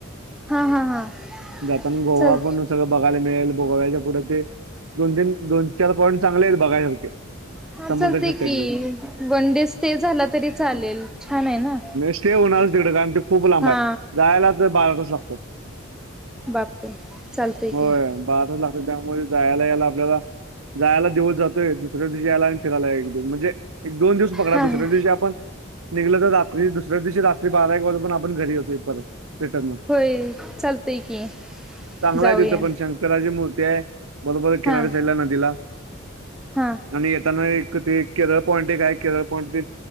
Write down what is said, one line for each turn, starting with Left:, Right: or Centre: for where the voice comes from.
Centre: हा हा हा
Right: जता ना गोवा
Centre: चाल
Right: पण आसतो. सगळं बघायला मिळेल बोायच्या पुराचे दोन तीन दोन चार पॉईंट चांगले आहेत बघायसारखे
Centre: हा
Right: समुद्राच्या
Centre: चालते
Right: साईडचे.
Centre: की वन डे स्टे झाला तरी चालेल छान आहे ना.
Right: स्टे होणारच तिकडं कारण ते खूप लांब
Centre: हा
Right: आहे जायलाच बारा लागत.
Centre: बाप चालतंय
Right: होय,
Centre: कि
Right: तास लागतात. त्यामुळे जायला यायला आपल्याला जायला दिवत जातोय दुसऱ्या दिवशी यायला. फीराय ला एक दोन म्हणजे एक दोन दिवस बघणार
Centre: हा
Right: दुसऱ्या
Centre: हा
Right: दिवशी आपण निघलं तर रात्री दुसऱ्या दिवशी रात्री बारा एक वाजून पण आपण घरी येतो इ परत. रिटर्नला.
Centre: होय चालतय की
Right: चांगला
Centre: जाऊया.
Right: आहे तिथं पण शंकराची मूर्ती आहे बरोबर किनऱ्या
Centre: हा
Right: साईडला नदीला
Centre: हा
Right: आणि येताना एक ते केरळ पॉईंट एक आहे केरळ पॉंट